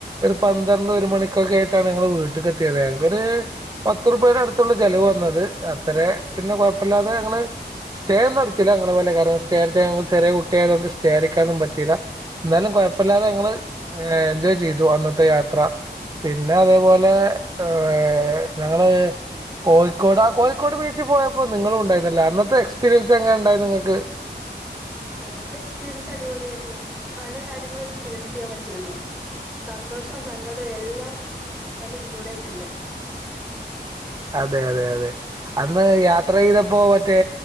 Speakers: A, on the right (about 20°); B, in the centre.
A: ഒരു പന്ദ്ര ണ്ട് ഒരുമണിക്കൊക്കെ ആയിട്ടാണ് ഞങ്ങള് വീട്ട്ക്ക് എത്തിയത് ഞങ്ങ്ക്കൊര് പത്തുർപ്പെടഅടുത്തുള്ളൂ ചെലവ് വന്നത് അത്രെ പിന്നെ കുഴപ്പില്ലാതെ ഞങ്ങള് സ്റ്റേ ഒന്നും അടിച്ചില ഞങ്ങളെ പോലെ കാരണം സ്റ്റേ അടിച്ചാ ഞങ്ങള് ചെറിയ കുട്ടിആയതോണ്ട് സ്റ്റേ അടിക്കാനൊന്നും പറ്റില എന്നാലും കൊയപ്പല്ലാതെ ഞങ്ങള് ഏഹ് എൻജോയ് ചെയ്തു അന്നത്തെ യാത്ര പിന്നെ അതേപോലെ ഏഹ് ഞങ്ങള് കോയിക്കോടാ കോഴിക്കോട് ബീച്ചി പോയപ്പോ നിങ്ങളും ഉണ്ടായിരുന്നല്ല അന്നത്തെ എക്സ്പീരിയൻസ് എങ്ങനുണ്ടായിരുന്നു നിങ്ങക്ക്
B: അന്നത്തെ എക്സ്പീരിയൻസ് അടിപൊളിയായിരുന്നു പല കാര്യങ്ങളും എക്സ്പീരിയൻസ് ചെയ്യാൻ പറ്റിയന്ന് സന്തോഷോം സങ്കടോം എല്ലാതും അയ്ല് ഇൻക്ലൂഡായിട്ടുണ്ട്
A: അതെ അതെ അതെ അന്ന് യാത്രയ്തപ്പോ റ്റേ